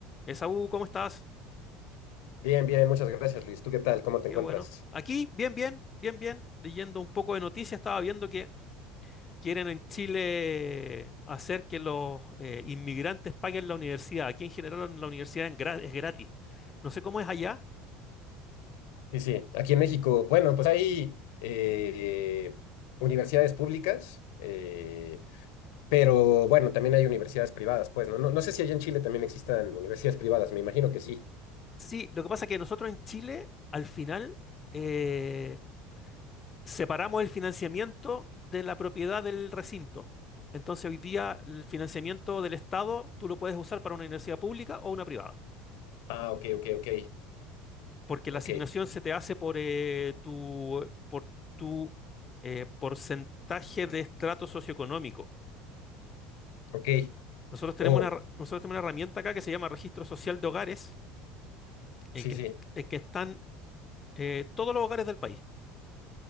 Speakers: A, on the left (about 20°); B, on the left (about 80°).
A: Esaú, ¿cómo estás?
B: Bien, bien, muchas gracias, Luis. ¿Tú qué tal? ¿Cómo te
A: Qué
B: encuentras?
A: bueno. Aquí, bien, bien, bien, bien. Leyendo un poco de noticias, estaba viendo que quieren en Chile hacer que los eh, inmigrantes paguen la universidad. Aquí en general en la universidad en gra- es gratis. No sé cómo es allá.
B: Sí, sí, aquí en México, bueno, pues hay eh, universidades públicas, eh, pero bueno, también hay universidades privadas, pues, ¿no? No, no sé si allá en Chile también existan universidades privadas, me imagino que sí.
A: Sí, lo que pasa es que nosotros en Chile, al final, eh, separamos el financiamiento de la propiedad del recinto. Entonces, hoy día el financiamiento del Estado tú lo puedes usar para una universidad pública o una privada.
B: Ah, ok, ok, ok,
A: porque
B: ok,
A: la asignación se te hace por eh, tu, por tu eh, porcentaje de estrato socioeconómico.
B: ok.
A: Nosotros tenemos
B: Oh,
A: una, her- nosotros tenemos una herramienta acá que se llama Registro Social de Hogares, en
B: sí,
A: que,
B: sí,
A: en que están eh, todos los hogares del país